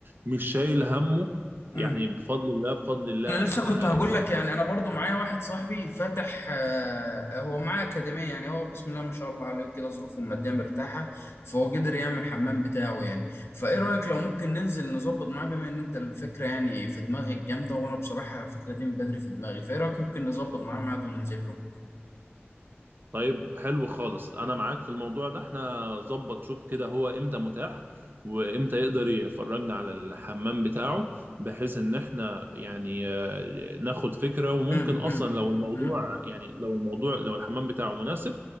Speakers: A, on the right; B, on the left.
A: مش شايل همه يعني
B: مم.
A: بفضل الله بفضل الله
B: انا لسه
A: احنا
B: كنت هقول لك يعني انا برضو معايا واحد صاحبي فتح آه، هو معاه اكاديميه يعني هو بسم الله ما شاء الله عليه وكده ظروفه الماديه مرتاحه فهو قدر يعمل الحمام بتاعه يعني فايه رايك لو ممكن ننزل نظبط معاه بما ان انت الفكره يعني في دماغك جامده وانا بصراحه الفكره دي من بدري في دماغي فايه رايك ممكن نظبط معاه ميعاد وننزل له
A: طيب حلو خالص انا معاك في الموضوع ده احنا ظبط شوف كده هو امتى متاح وامتى يقدر يفرجنا على الحمام بتاعه بحيث ان احنا يعني آه، ناخد فكرة وممكن
B: امم
A: اصلا
B: امم
A: لو الموضوع
B: أمم.
A: يعني لو الموضوع لو الحمام بتاعه مناسب